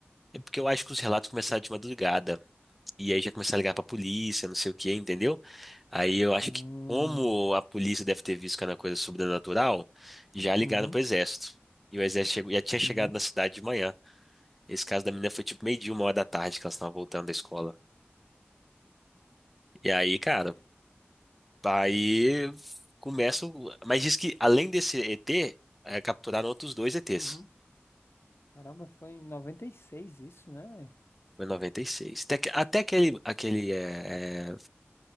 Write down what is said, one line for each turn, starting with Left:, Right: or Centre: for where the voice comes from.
Centre: é porque eu acho que os relatos começaram de madrugada. E aí já começaram a ligar pra polícia, não sei o que, entendeu? Aí eu acho
Left: Hum,
Centre: que como a polícia deve ter visto que era uma coisa sobrenatural, já ligaram
Left: uhum,
Centre: pro exército. E o exército chegou- já tinha
Left: uhum,
Centre: chegado na cidade de manhã. Esse caso da menina foi tipo meio-dia, uma hora da tarde que elas estavam voltando da escola. E aí, cara.
Left: Sim.
Centre: Aí começa. o- Mas diz que além desse ET, eh, capturaram outros dois ETs.
Left: uhum. Caramba, foi em 96 isso, né? véi?
Centre: Foi em 96. Até, que- até aquele, aquele eh, eh,